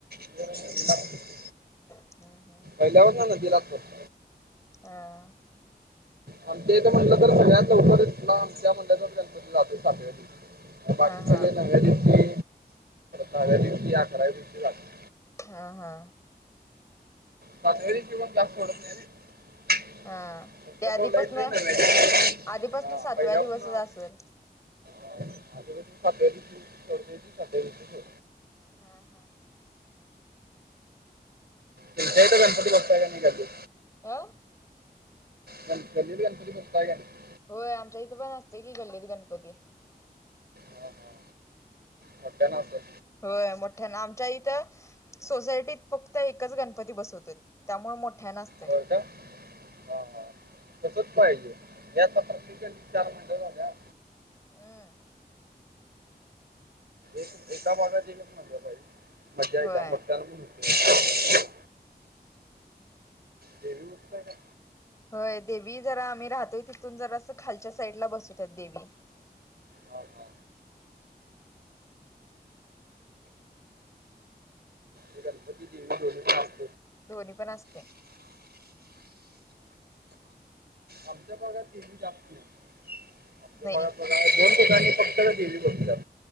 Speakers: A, on the right; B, on the left.
A: होय नदीलाच विसर्जन.
B: हम्म हम्म
A: पहिल्यापासून नदीलाच करतो.
B: हा
A: आमच्या एक म्हटलं तर सगळ्या गणपतीच आमच्या म्हट तर गणपती जातो सातव्या दिवशी. बाकी
B: हा हा
A: सगळे नव्या दिवशी नव्या दिवशी अकराव्या दिवशी लागतात.
B: हा हा
A: सातव्या दिवशी पण जास्त सोडत नाही रे. शक्यतो
B: हा ते आधीपासन
A: नाहीतर लईच नव्या दिवशी
B: आधीपासन सातव्या
A: पहिल्यापासून.
B: दिवसच असेल
A: हो माझ सातव्या च सात्या.
B: हा हा
A: तुमच्या इथे गणपती बसता का नाही गल्लीत?
B: आ
A: गणपती गल्लीत गणपती बसता का नाही?
B: होय आमच्या इथं पण असते की गल्लीत गणपती.
A: हा हा मोठ्यांना असेल.
B: होय मोठ्यान आमच्या इथं. सोसायटीत फक्त एकच गणपती बसवतो त्यामुळे मोठ्याना असत.
A: होय का? हा- हा तसच पाहिजे याचा प्रत्येक विचार मंडळ झाला.
B: हम्म.
A: एक एका वार्डात एकच मंडळ पाहिजे मज्जा येत
B: होय
A: मतदान पण होते. देवी उठताय काय?
B: होय देवी जरा आम्ही राहतोय. तिथून जरा अस खालच्या साईडला बसवतात देवी.
A: हा हा हे गणपती देवी दोन्ही पण का?
B: दोन्ही पण असते.
A: आमच्या भागात देवी जास्त नाही. आमच्या
B: नाही
A: भागात दोन ठिकाणी फक्त देवी बसतात.